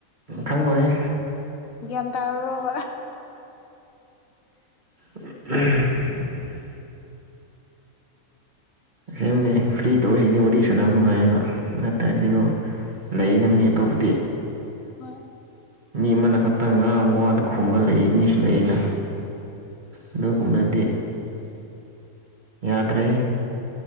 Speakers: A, on the right (about 35°); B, on the left (about 70°).
A: ꯈꯪꯉꯣꯏꯌꯦ
B: ꯒ꯭ꯌꯥꯟ ꯇꯥꯔꯕꯣꯕ
A: ꯎꯝ ꯁꯦꯝꯅꯤ ꯐ꯭ꯔꯤ ꯇꯧꯁꯤꯅꯦ ꯋꯥꯔꯤ ꯁꯥꯟꯅ ꯅꯨꯡꯉꯥꯏꯌꯦꯕ ꯅꯠꯇꯔꯗꯤꯕꯣ ꯂꯩꯩꯅ ꯃꯤ ꯑꯇꯣꯞꯄꯗꯤ
B: ꯍꯣꯏ
A: ꯃꯤ ꯑꯃꯅ ꯈꯇꯪ ꯉꯥꯡꯕ ꯋꯥꯗ ꯈꯨꯝꯕ ꯂꯩꯌꯦ ꯃꯤꯁꯨ ꯂꯩꯩꯌꯦꯅ ꯑꯗꯨꯒꯨꯝꯕꯗꯤ ꯌꯥꯗ꯭ꯔꯦ